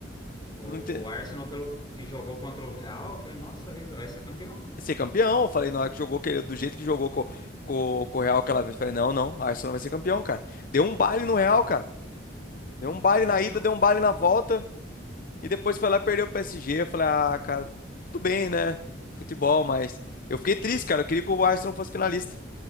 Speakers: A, on the left (about 25°); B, on the left (about 45°).
A: o,
B: não ente-
A: o Arsenal, pelo que jogou contra o Real, eu falei, nossa vida, vai ser campeão.
B: ser campeão. Eu falei, na hora que jogou, que- do jeito que jogou com, com, com o Real aquela vez, eu falei, não, não, a Arsenal vai ser campeão, cara. Deu um baile no Real, cara. Deu um baile
A: É,
B: na
A: então,
B: ida, deu um baile na volta. E depois foi lá e perdeu o PSG. Eu falei, ah, cara, tudo bem, né? Futebol, mas. Eu fiquei triste, cara. Eu queria que o Arsenal fosse finalista.